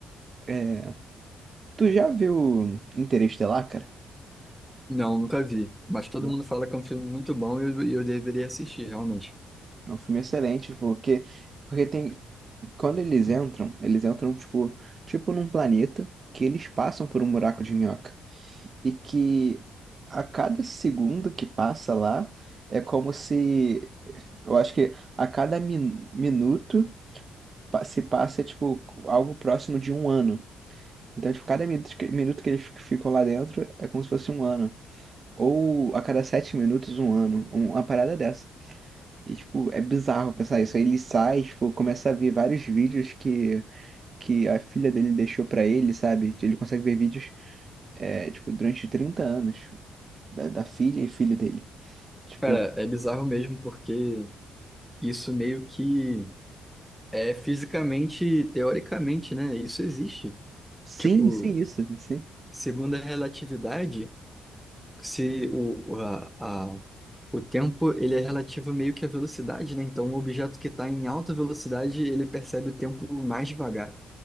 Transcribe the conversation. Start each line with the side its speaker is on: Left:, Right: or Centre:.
Right: É, tu já viu Interestelar, cara?
Centre: Não, nunca vi. Mas todo
Right: Não.
Centre: mundo fala que é um filme muito bom e eu, e eu deveria assistir, realmente.
Right: É um filme excelente, tipo, porque, porque tem Quando eles entram, eles entram tipo, tipo num planeta que eles passam por um buraco de minhoca. E que a cada segundo que passa lá é como se. Eu acho que a cada min- minuto pa- se passa tipo algo próximo de um ano. Então, tipo, cada minuto que, minuto que eles ficam lá dentro é como se fosse um ano. Ou a cada sete minutos, um ano. Um, Uma parada dessa. E, tipo, é bizarro pensar isso. Aí ele sai, tipo, começa a ver vários vídeos que que a filha dele deixou pra ele, sabe? Ele consegue ver vídeos, é, tipo, durante 30 anos da, da filha e filho dele. Tipo,
Centre: Cara, é bizarro mesmo, porque isso meio que é fisicamente, teoricamente, né? Isso existe.
Right: sim,
Centre: Tipo,
Right: sim, isso, sim.
Centre: segundo a relatividade, se o, o- a, a- o tempo ele é relativo meio que à velocidade, né? Então, um objeto que está em alta velocidade, ele percebe o tempo mais devagar.